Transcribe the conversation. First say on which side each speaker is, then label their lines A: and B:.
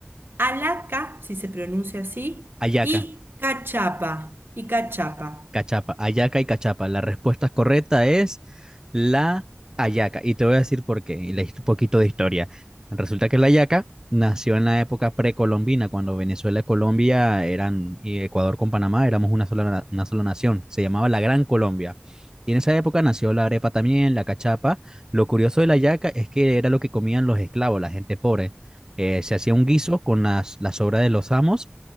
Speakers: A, on the right; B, on the right.
A: alaca, si se pronuncia así,
B: Ayaca.
A: y cachapa, y cachapa.
B: Cachapa, Ayaca y Cachapa. La respuesta correcta es la Ayaca. Y te voy a decir por qué. Y leíste un poquito de historia. Resulta que la Ayaca nació en la época precolombina, cuando Venezuela y Colombia eran, y Ecuador con Panamá éramos una sola, na- una sola nación. Se llamaba la Gran Colombia. Y en esa época nació la arepa también, la cachapa. Lo curioso de la yaca es que era lo que comían los esclavos, la gente pobre. Eh, se hacía un guiso con las, las sobras de los amos